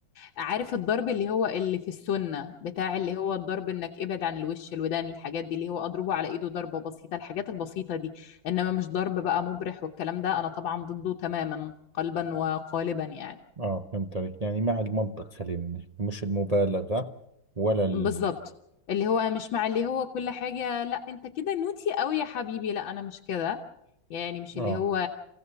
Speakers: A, on the left; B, on the right.
A: عارف الضرب اللي هو اللي في السنه بتاع اللي هو الضرب انك ابعد عن الوش الودان الحاجات دي اللي هو اضربه على ايده ضربه بسيطه الحاجات البسيطه دي انما مش ضرب بقى مبرح والكلام ده انا طبعا ضده تماما قلبا وقالبا يعني
B: آه فهمت عليك يعني مع المنطق خلينا نحكي مش المبالغة ولا ال...
A: بالظبط اللي هو مش مع اللي هو كل حاجة لا انت كده نوتي قوي يا حبيبي لا انا مش كده يعني مش
B: آه
A: اللي هو